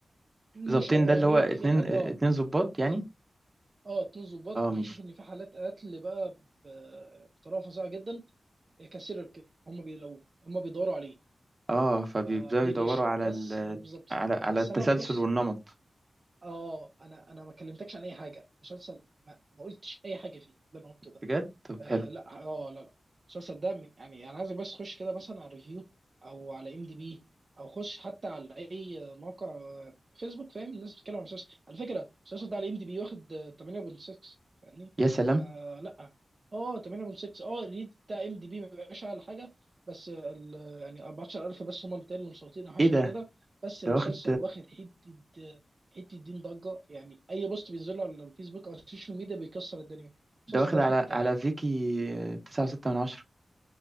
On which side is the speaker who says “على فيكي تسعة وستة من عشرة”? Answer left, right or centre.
Right